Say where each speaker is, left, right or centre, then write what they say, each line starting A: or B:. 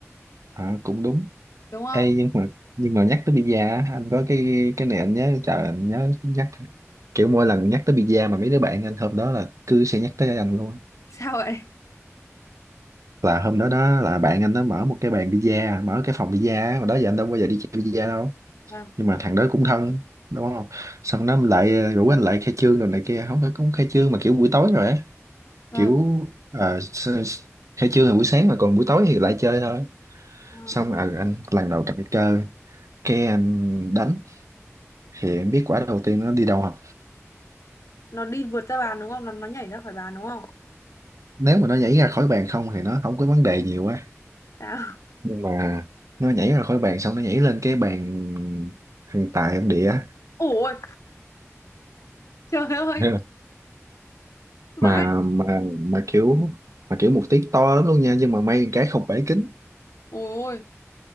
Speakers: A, on the right; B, on the left.
A: Ờ, cũng đúng
B: đúng không
A: Ê, nhưng mà nhưng mà nhắc tới bida á, anh có cái cái này anh nhớ trời anh nhớ nhắc kiểu mỗi lần nhắc tới bida mà mấy đứa bạn anh hôm đó là cứ sẽ nhắc tới anh luôn á.
B: <laughs> sao vậy
A: là hôm đó đó là bạn anh nó mở một cái bàn bida mở cái phòng bida á, mà đó giờ anh đâu bao giờ đi chơi bida đâu
B: Vâng.
A: nhưng mà thằng đó cũng thân đúng không xong nó lại ờ, rủ anh lại khai trương rồi này kia không phải cũng khai trương mà kiểu buổi tối rồi á
B: vâng
A: kiểu ờ, s- s- khai trương là buổi sáng mà còn buổi tối thì lại chơi thôi
B: Ờ,
A: xong ờ, anh lần đầu tập cái cơ cái anh đánh thì em biết quả đầu tiên nó đi đâu không
B: Nó đi vượt ra bàn đúng không? Nó nó nhảy ra khỏi bàn đúng không?
A: nếu mà nó nhảy ra khỏi bàn không thì nó không có vấn đề nhiều quá
B: Sao? <laughs>
A: nhưng mà nó nhảy ra khỏi bàn xong nó nhảy lên cái bàn thằng tài em đĩa
B: Ôi, trời ơi,
A: <laughs>
B: vãi.
A: mà mà mà kiểu mà kiểu một tiếng to lắm luôn nha nhưng mà may cái không bể kính
B: Ôi ôi,